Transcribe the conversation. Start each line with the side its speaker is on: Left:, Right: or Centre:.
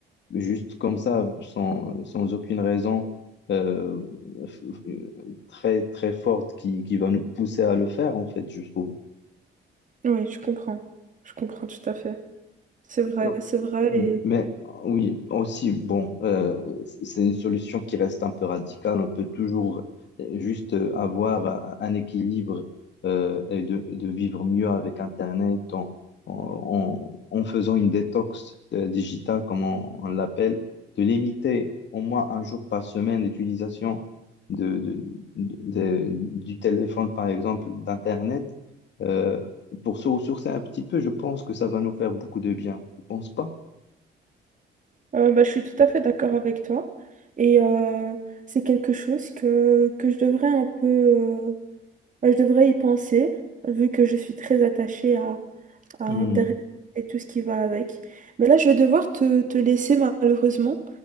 Left: juste comme ça, sans, sans aucune raison euh, f- f- très, très forte qui, qui va nous pousser à le faire, en fait, je trouve.
Right: Oui, je comprends. Je comprends tout à fait. C'est vrai,
Left: Euh,
Right: c'est vrai.
Left: mm,
Right: Et
Left: Mais euh, oui, aussi, bon, euh, c- c'est une solution qui reste un peu radicale. On peut toujours euh, juste euh, avoir euh, un un équilibre euh, et de, de vivre mieux avec Internet en, en, en- en faisant une détox euh, digitale, comme on, on l'appelle, de limiter au moins un jour par semaine l'utilisation de, de- de- de- du téléphone, par exemple, d'Internet. euh, pour se ressourcer un petit peu, je pense que ça va nous faire beaucoup de bien. Tu penses pas?
Right: euh, bah, je suis tout à fait d'accord avec toi. Et euh, c'est quelque chose que, que je devrais un peu... euh, bah, je devrais y penser, vu que je suis très attachée à, à Internet
Left: Hmm,
Right: et tout ce qui va avec. Mais là, je vais devoir te, te laisser malheureusement.